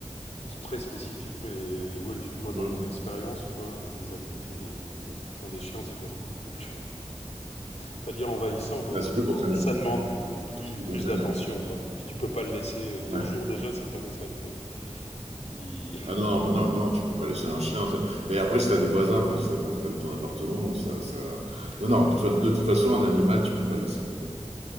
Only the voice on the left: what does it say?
très spécifiques, mais oui, moi dans
mon expérience, je vois euh, des amis qui ont des, qui ont, qui ont des chiens, c'est quand même beaucoup plus, pas dire envahissant, mais
ça demande plus,
plus
d'attention, quoi. Et puis tu peux pas le laisser euh, deux
jours déjà, ça commence à être. euh, il-